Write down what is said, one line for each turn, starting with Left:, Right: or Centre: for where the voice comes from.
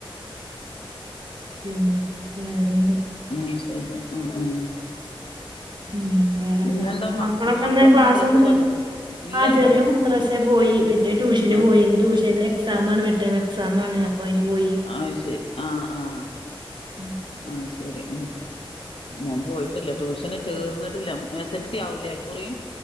Right: പിന്നെ വേറെന്താ
Left: ഉം ശരി ഉം ഉം
Right: ഉം വേറെന്താ
Left: പിന്നെന്താ മ
Right: മക്കളക്കെന്ന്
Left: മക്കളൊക്കെ
Right: ക്ലാസ്
Left: മദ്രസ്
Right: ഒന്നുയില്ലല്ലോ?
Left: പോയോ ഇല്ല
Right: ആ
Left: ഇല്ല
Right: ചെറിയോ
Left: ഇല്ല
Right: മദ്രാസെ പോയി വലിയ ട്യൂഷന്
Left: ആ
Right: പോയി ഇന്ന് ട്യൂഷനിലെ എക്സാമാണ് മിഡ്‌ ടേമ് എക്സാമാണ് അപ്പൊ അയ്ന് പോയി.
Left: അയ് ശരി ആഹ് ആഹ്
Right: <unintelligible>
Left: ആഹ് ശരി ആഹ് മോൻ പോയിട്ടില്ല ട്യൂഷന് ചേർന്നിട്ടില്ല എസ് എസ് എൽ സി ആവൂലേയികുറി.